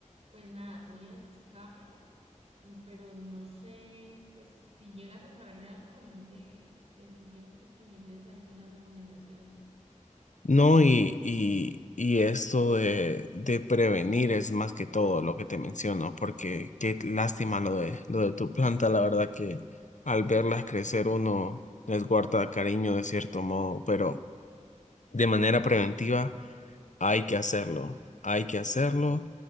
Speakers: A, on the right; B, on the left.
A: pues nada, voy a buscarlo, mm, pero no sé, pues si llegas a saber de algo, también te, te sugiero pues que me ayudes ahí con la recomendación, ¿sí?
B: No, y, y, y esto de, de prevenir es más que todo lo que te menciono, porque qué lástima lo de, lo de tu planta, la verdad que al verlas crecer uno les guarda cariño de cierto modo, pero de manera preventiva. Hay que hacerlo, hay que hacerlo.